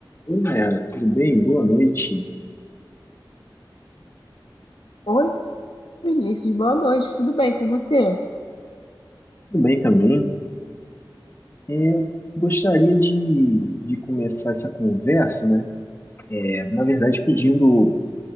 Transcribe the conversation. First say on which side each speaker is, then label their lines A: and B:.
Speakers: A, on the left; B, on the left.
A: Oi, Nayara, tudo bem? Boa noite.
B: Oi, Vinícius, boa noite, tudo bem com você?
A: Tudo bem também. É, Eu gostaria de, de começar essa conversa, né? É, na verdade, pedindo